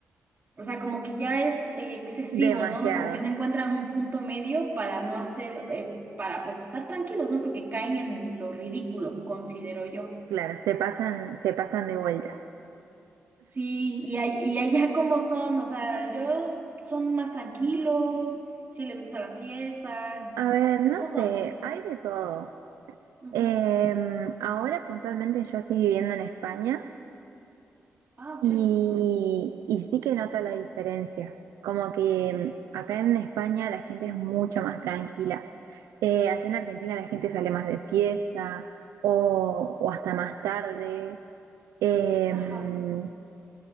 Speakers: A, on the right; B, on the right.
A: O sea, como que ya es eh, excesivo,
B: demasiado.
A: ¿no? No, Como que no encuentran un punto medio para no hacer, eh, para pues estar tranquilos, ¿no? Porque caen en lo ridículo, considero yo.
B: Claro, se pasan, se pasan de vuelta.
A: Sí, y, all- y allá cómo son, o sea, yo son más tranquilos, si les gusta la fiesta.
B: A ver, no
A: ¿Cómo
B: sé,
A: son?
B: hay de todo.
A: Ujú.
B: Em, ahora puntualmente yo estoy viviendo en España.
A: Ah, ok.
B: Y, y sí que noto la diferencia, como que mm, acá en España la gente es mucho más tranquila. Eh, allá en Argentina la gente sale más de fiesta o, o hasta más tarde. Eh,
A: Ajá.
B: mm,